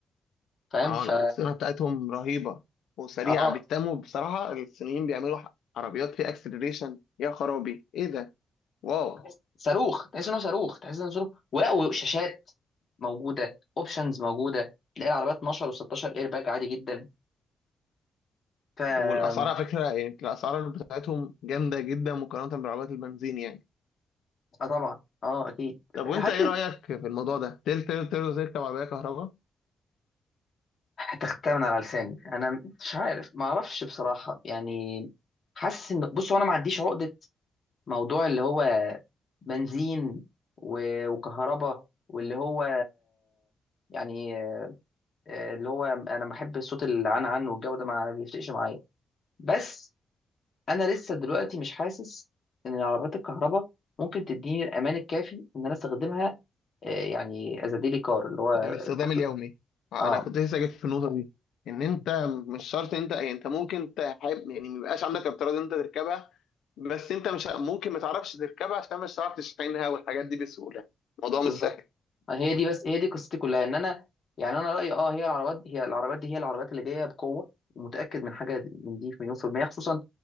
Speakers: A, on the left; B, on the left.
A: فاهم
B: آه
A: ف
B: الأحصنة بتاعتهم رهيبة وسريعة
A: اه
B: بيهتموا بصراحة الصينيين بيعملوا عربيات فيها أكسلريشن يا خرابي إيه ده واو
A: تحس- صاروخ تحس انه صاروخ تحس انه صاروخ ولا وشاشات موجوده اوبشنز موجوده تلاقي العربيات 12 و16 اير باج عادي جدا ف اه
B: والاسعار على فكره يعني الاسعار بتاعتهم جامده جدا مقارنه بعربيات البنزين يعني
A: طبعا اه اكيد
B: طب وانت
A: هل
B: ايه رايك في الموضوع ده تقدر تقدر تقدر تركب عربيه كهرباء
A: هتختها من على لساني انا مش عارف ما اعرفش بصراحه يعني حاسس ان بص هو انا ما عنديش عقده موضوع اللي هو بنزين و- وكهرباء واللي هو يعني آه، اللي هو انا بحب صوت العن عن والجو ده ما بيفرقش معايا بس انا لسه دلوقتي مش حاسس ان العربيات الكهرباء ممكن تديني الامان الكافي ان انا استخدمها آه، يعني از ديلي كار اللي هو
B: للاستخدام
A: البطل.
B: اليومي انا
A: اه
B: كنت لسه جيت في النقطه دي ان انت مش شرط انت يعني انت ممكن تحب يعني ما يبقاش عندك اضطرار ان انت تركبها بس انت مش ممكن ما تعرفش تركبها عشان مش هتعرف تشحنها والحاجات دي بسهوله الموضوع
A: بالظبط
B: مش سهل
A: هي دي بس هي دي قصتي كلها ان انا يعني انا رايي اه هي العربات هي العربات دي هي العربات اللي جايه بقوه ومتاكد من حاجه من دي في مليون في الميه خصوصا